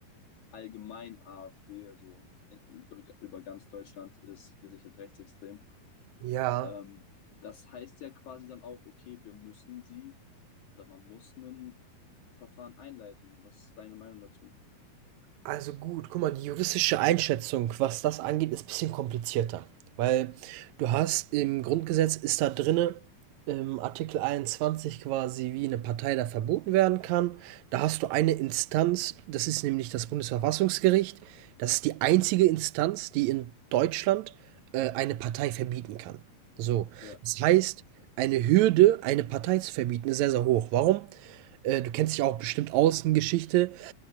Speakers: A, on the left; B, on the right.
A: allgemein AfD, also in, über, über ganz Deutschland ist gesichert rechtsextrem.
B: Ja.
A: Ähm, das heißt ja quasi dann auch, okay, wir müssen sie oder man muss ein Verfahren einleiten. Was ist deine Meinung dazu?
B: Also gut, guck mal, die juristische Einschätzung, was das angeht, ist ein bisschen komplizierter. Weil du hast im Grundgesetz ist da drinne im Artikel 21 quasi, wie eine Partei da verboten werden kann. Da hast du eine Instanz, das ist nämlich das Bundesverfassungsgericht. Das ist die einzige Instanz, die in Deutschland äh, eine Partei verbieten kann. So,
A: Ja,
B: das heißt, eine Hürde, eine Partei zu verbieten, ist sehr, sehr hoch. Warum? Äh, du kennst dich auch bestimmt aus in Geschichte.